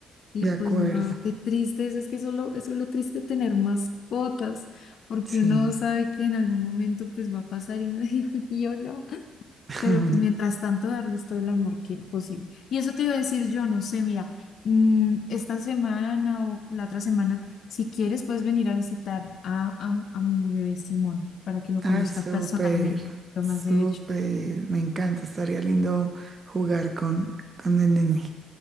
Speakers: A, on the left; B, on the right.
A: Y
B: De
A: pues
B: acuerdo,
A: no, qué triste eso, es que solo, eso es lo triste de tener mascotas, porque
B: sí.
A: uno sabe que en algún momento pues va a pasar y uno <laughs> dice, yo no.
B: <laughs>
A: Pero pues mientras tanto, darles todo el amor que posible. Y eso te iba a decir yo, no sé, mira, mm, esta semana o la otra semana, si quieres, puedes venir a visitar a, a, a mi bebé Simón para que lo
B: Ay,
A: conozca
B: súper,
A: personalmente, lo
B: súper.
A: más de hecho.
B: Me encanta. Estaría lindo jugar con, con el nene.